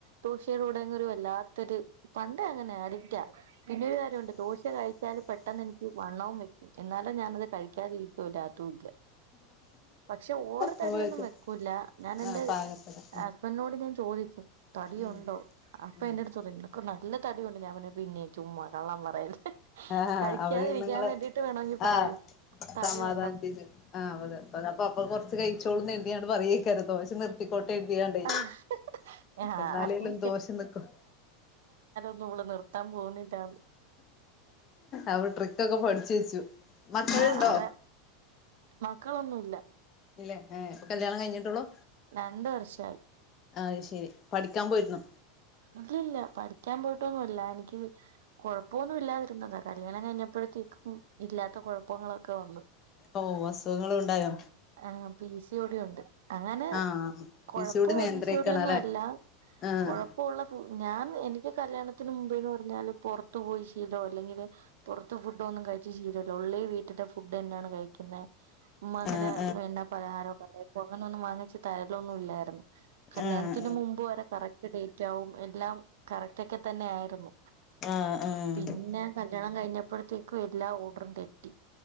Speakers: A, on the right; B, on the left.
A: ദോശയോടങ്ങ് ഒരു വല്ലാത്തൊരു പണ്ടെ അങ്ങനെയാ അഡിക്റ്റാ പിന്നൊരു കാര്യമുണ്ട് ദോശ കഴിച്ചാല് പെട്ടെന്ന് എനിക്ക് വണ്ണവും വെക്കും എന്നാലും ഞാനത് കഴിക്കാതിരി ക്കൂല തൂക്കിയാ പക്ഷെ ഓവറ്
B: പോയിട്ട്
A: തടിയൊന്നും വെക്കൂല്ല ഞാനെന്റെ
B: ആ പാകത്തരം
A: ഹസ്ബന്റിനോട് ഇങ്ങനെ ചോദിക്കും
B: ഉം
A: തടിയുണ്ടോ
B: ഉം
A: അപ്പ എന്റെ
B: ഉം
A: അടുത്ത് <unintelligible> നല്ല തടിയുണ്ട് ഞാൻ പറയും പിന്നെ ചുമ്മാ കള്ളം പറയല്ലേ
B: ഹഹഹ
A: കഴിക്കാതിരിക്കാൻ
B: അവര് ഇന്ന് ഇങ്ങളെ
A: വേണ്ടിട്ട് വേണമെങ്കി പറയും
B: ആഹ്
A: തടിയുണ്ടോ
B: സമാധാനിപ്പിച്ചും ആഹ് അതെ അത് അപ്പൊ അപ്പോൾ കൊറച്ച് കഴിച്ചോളൂന്ന് കരുതിങ്ങാണ്ട് പറയയ്ക്കാരം ദോശ നിർ ത്തിക്കോട്ടെ കരുതികാണ്ടെ
A: ആഹ് ആഹ്
B: എന്നാലേലും
A: അപ്പം
B: ദോശ നിക്കും
A: അവള് നിർത്താൻ പോന്നില്ലാന്ന്
B: അവള് ട്രിക് ഒക്കെ പഠിച്ചു വെച്ചു മക്കളുണ്ടോ
A: ആഹ് അതെ മക്കളൊന്നും ഇല്ല
B: ഇല്ലെ ഏഹ് ഇപ്പ കല്യാണം കഴിഞ്ഞിട്ടൊള്ളൂ
A: രണ്ട് വർഷായി
B: അത് ശരി പഠിക്കാൻ പോയിരുന്നോ
A: ഇല്ല ഇല്ല പഠിക്കാൻ പോയിട്ടൊന്നുംല്ല എനിക്ക് കൊഴപ്പൊ മൊന്നുമില്ലാതിരുന്ന താ കല്യാണം കഴിഞ്ഞപ്പഴത്തേക്കും ഇല്ലാത്ത കൊഴപ്പങ്ങളൊക്കെ വന്ന്
B: ഓഹ് അസുഖങ്ങള് ഉണ്ടായോ
A: ആഹ് പി സി ഓ ഡി ഉണ്ട് അങ്ങനെ
B: ആഹ് പി
A: കൊഴപ്പൊളള
B: സി യോടി നിയന്ത്രിക്കണം
A: പി സി ഓ ഡി യൊന്നും
B: അല്ലേ
A: അല്ല
B: ആഹ്
A: കൊഴ ഇപ്പൊ ഒള്ള ഫൂ ഞാൻ എനിക്ക് കല്യാണത്തിന് മുമ്പേന്ന് പറഞ്ഞാല് പൊറത്തു പോയി ശീലോ അല്ലെങ്കില് പൊറത്തെ ഫുഡ്ഡു ഒന്നും കഴിച്ച് ശീലം ഇല്ല, ഓൺലി വീട്ടിത്തെ ഫുഡ്ഡന്നാണ് കഴിക്കുന്നെ, ഉമ്മ അങ്ങനെ
B: ആഹ്
A: എന്നാ പലഹാരോ <unintelligible> അങ്ങനൊന്നും വാങ്ങിച്ച് തരലൊന്നും ഇല്ലായിരുന്നു കല്യാണത്തിന്
B: ആഹ് ആഹ്
A: മുമ്പ് വരെ കറക് ഡേറ്റാവും എല്ലാം കറക്റ്റൊക്കെ തന്നെ ആയിരുന്നു,
B: ആഹ് ആഹ് ആഹ്
A: പിന്നെ കല്യാണം കഴിഞ്ഞപ്പഴത്തേക്കും എല്ലാ ഓഡറും തെറ്റി